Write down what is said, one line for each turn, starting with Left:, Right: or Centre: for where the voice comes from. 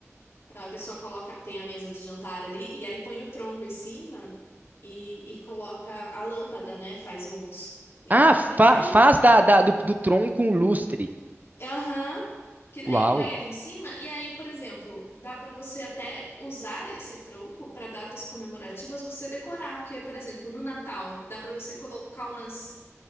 Left: Então a pessoa coloca, tem a mesa de jantar ali, e aí põe o tronco em cima e, e coloca a lâmpada, né? Faz uns. e
Right: Ah, fa-
Left: tem- aí
Right: faz da, da- do, do tronco um lustre.
Left: Aham. Que daí
Right: Uau,
Left: põe ali em cima, e aí, por exemplo, dá pra você até usar esse tronco pra datas comemorativas você decorar, porque, por exemplo, no Natal, dá pra você colocar umas